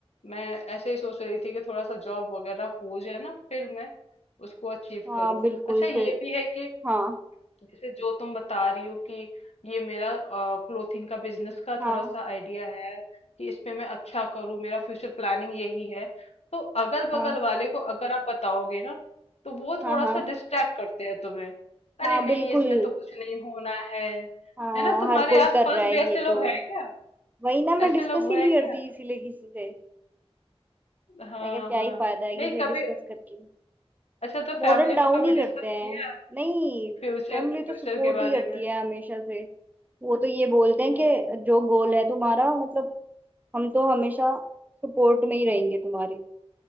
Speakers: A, on the left; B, on the right.
A: मैं ऐसे ही सोच रही थी कि थोड़ा सा जॉब वगैरह हो जाए ना फिर मैं उसको अचीव
B: हाँ
A: करूँ
B: बिल्कुल
A: अच्छा ये
B: फिर
A: भी है कि
B: हाँ
A: जैसे जो तुम बता रही हो कि ये मेरा क्लोथिंग का बिजनेस का
B: हाँ
A: थोड़ा सा आइडिया है कि इसमें मैं अच्छा करूं मेरा फ्यूचर प्लानिंग यही है तो अगल बगल
B: हाँ
A: वाले को अगर आप बताओगे ना तो वो
B: हाँ
A: थोड़ा
B: हाँ
A: सा डिस्ट्रैक्ट करते हैं तुम्हें
B: हाँ
A: अरे नहीं
B: बिल्कुल
A: इसमें तो कुछ नहीं होना है
B: हाँ
A: है ना तुम्हारे
B: हर कोई
A: आसपास
B: कर रहा है
A: भी ऐसे
B: ये
A: लोग
B: तो
A: हैं क्या
B: वही ना मैं
A: ऐसे
B: डिस्कस
A: लोग
B: ही
A: हैं
B: नहीं करती
A: क्या
B: इसीलिए किसी से
A: हाँ
B: मैं क्या क्या
A: हाँ
B: ही फायदा है
A: नहीं
B: किसे
A: कभी
B: डिस्कस करके
A: अच्छा तो
B: मोरल
A: फैमिली
B: डाउन
A: में कभी
B: ही
A: डिस्कस
B: करते हैं
A: किया
B: नहीं
A: फ्यूचर
B: फैमिली तो
A: फ्यूचर
B: सपोर्ट
A: के बारे
B: ही करती
A: में
B: है हमेशा से वो तो ये बोलते हैं
A: हम्म
B: कि जो गोल है तुम्हारा मतलब हम तो हमेशा सपोर्ट में ही रहेंगे तुम्हारे